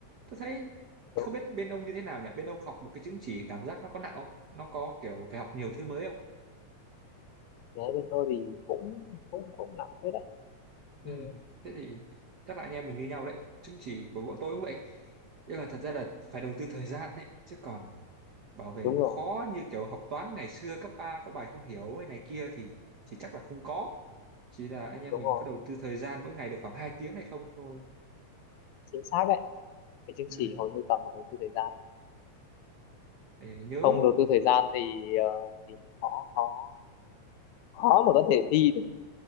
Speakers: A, on the right; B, on the left.
A: tôi thấy
B: đúng.
A: không biết bên ông như thế nào nhỉ bên ông học một cái chứng chỉ cảm giác nó có nặng không nó có kiểu phải học nhiều thứ mới không
B: đấy bên tôi thì cũng cũng cũng nặng thế đấy
A: ừ
B: Ừ.
A: thế thì chắc là anh em mình như nhau đấy chứng chỉ của bọn tôi cũng vậy nhưng mà thật ra là phải đầu tư thời gian đấy chứ còn bảo vệ
B: đúng
A: nó
B: rồi
A: khó như kiểu học toán ngày xưa cấp 3 có bài không hiểu hay này kia thì chỉ chắc là không có chỉ là anh em
B: đúng
A: mình
B: rồi
A: có đầu tư thời gian mỗi ngày được khoảng 2 tiếng hay không thôi
B: chính xác đấy cái chứng
A: ừ,
B: chỉ hầu như toàn phải đầu tư thời gian đấy.
A: để nhớ
B: không đầu tư thời gian thì ờ, thì khó khó khó mà có thể thi được.